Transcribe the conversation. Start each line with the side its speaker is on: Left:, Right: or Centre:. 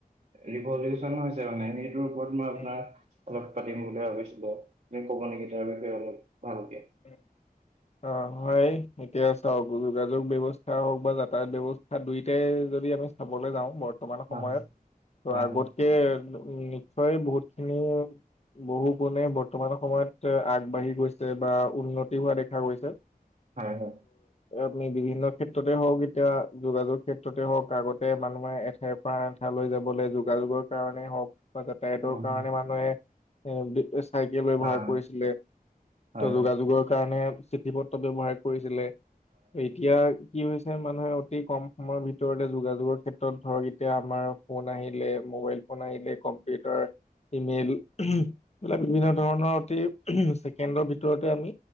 Right: ৰীভলোৱেচন হৈছে মানে সেই ওপৰত মই আপোনাক
Left: উম,
Right: লগ পাতিম বুলি ভাৱিছিলোঁ। আপোনি ক'ব নেকি তাৰ বিষয় অলপ? ভালকে
Left: উম। অ হয় এতিয়া চাওক যোগাযোগ ব্যৱস্থা হওক বা যাতায়াত ব্যৱস্থা দুইটাই যদি আমি চাবলৈ যাওঁ বৰ্তমান সময়ত
Right: হয়
Left: ত
Right: হয়
Left: আগতকে
Right: হয়
Left: উ নিশ্চয় বহুত খিনি বহু গুণে বৰ্তমান সময়ত আগবাঢ়ি গৈছে বা উন্নতি হোৱা দেখা গৈছে।
Right: হয় হয়।
Left: আমি বিভিন্ন ক্ষেত্ৰতে হওক এতিয়া যোগাযোগ ক্ষেত্ৰতে হওক আগতে মানুহে এঠাইৰ পৰা আন ঠাই যাবলৈ যোগাযোগৰ কাৰণে হওক বা যাতায়তৰ
Right: অঁ
Left: কাৰণে মানুহে এ চাইকেল ব্যৱহাৰ
Right: হয়
Left: কৰিছিলে,
Right: হয়
Left: ত
Right: হয়
Left: যোগাযোগৰ কাৰণে চিঠি পত্ৰ ব্যৱহাৰ কৰিছিলে। এতিয়া কি হৈছে মানুহে অতি কম সময়ৰ ভিতৰতে যোগাযোগৰ ক্ষেত্ৰত ধৰক এতিয়া আমাৰ ফোন আহিলে। মোবাইল ফোন আহিলে কম্পিউটাৰ ইমেইল এইবিলাক বিভিন্ন ধৰণৰ অতি ছেকেণ্ডৰ ভিতৰতে আমি